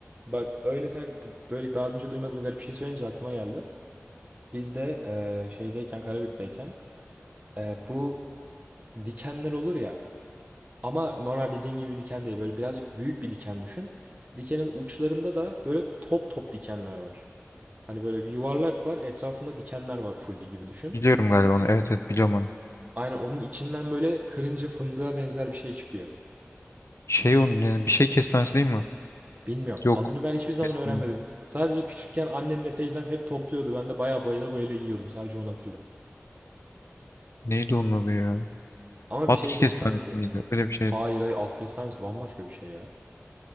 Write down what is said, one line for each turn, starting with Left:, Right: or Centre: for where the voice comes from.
Right: Bak öyle sen böyle daha önce duymadığım garip bir şey söyleyince aklıma geldi. Biz de e, şeydeyken Karabük'teyken Eee, bu dikenler olur ya ama normal bildiğin gibi bir diken değil. Böyle birazcık büyük bir diken düşün. Dikenin uçlarında da böyle top top dikenler var. Hani böyle bir yuvarlak var, etrafında dikenler var full gibi düşün.
Left: Biliyorum galiba onu. Evet evet biliyorum onu.
Right: Aynen onun içinden böyle kırınca fındığa benzer bir şey çıkıyor.
Left: Şey onun ya, bir şey kestanesi değil mi?
Right: Bilmiyorum.
Left: Yok.
Right: Adını ben hiçbir zaman
Left: Kestane.
Right: öğrenmedim. Sadece küçükken annemle teyzem hep topluyordu. Ben de bayağı bayıla bayıla yiyordum. Sadece onu hatırlıyorum.
Left: Neydi onun adı ya?
Right: Ama
Left: At
Right: bir şey
Left: kestanesi
Right: kestanesi...
Left: miydi? Öyle bir şeydi.
Right: Hayır hayır at kestanesi bambaşka bir şey ya.